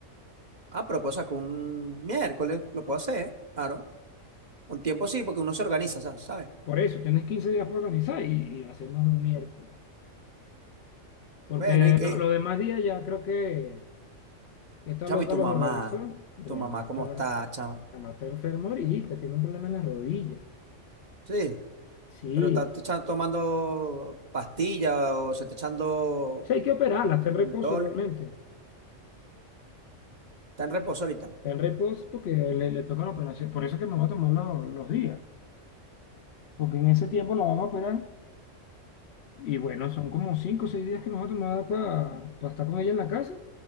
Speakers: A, on the right (about 35°); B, on the left (about 60°).
A: Ah, pero puedo sacar un miércoles, lo puedo hacer, ¿eh? claro. Con tiempo sí, porque uno se organiza, sa- ¿sabes?
B: Por eso, tienes 15 días para organizar y, y lo hacemos un miércoles. Porque
A: Bueno, y que,
B: lo- los demás días ya creo que esta
A: chamo,
B: loca
A: ¿y tu
B: los
A: mamá?
B: organizó. Mi
A: ¿Tu mamá
B: mamá
A: cómo
B: está,
A: está,
B: mi
A: chamo?
B: mamá está enferma ahorita, tiene un problema en las rodillas.
A: Sí,
B: Sí,
A: pero está te echa- tomando pastilla o se está echando
B: sí, hay que operarla, está en
A: mentol.
B: reposo realmente.
A: Está en reposo ahorita.
B: Está en reposo porque le, le toca la operación. Por eso es que me va a tomar lo- los días. Porque en ese tiempo la vamos a operar. Y bueno, son como cinco o seis días que me va a tomar para estar con ella en la casa.